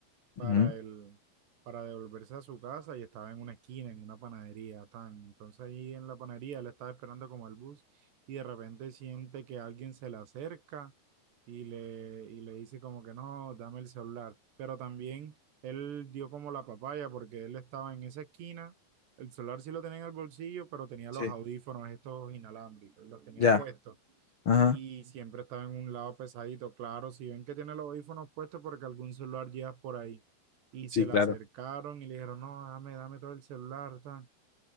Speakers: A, on the right; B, on the left.
A: para
B: Ujú,
A: el, para devolverse a su casa y estaba en una esquina, en una panadería, tan. Entonces ahí en la panadería él estaba esperando como el bus y de repente siente que alguien se le acerca y le, y le dice como que no, dame el celular. Pero también él dio como la papaya porque él estaba en esa esquina, el celular sí lo tenía en el bolsillo, pero tenía
B: Sí,
A: los audífonos estos inalámbricos, los tenía
B: ya,
A: puestos
B: ajá,
A: y siempre estaba en un lado pesadito. Claro, si ven que tiene los audífonos puestos porque algún celular llevas por ahí y
B: sí,
A: se le
B: claro.
A: acercaron y le dijeron, no, dame, dame todo el celular, tan.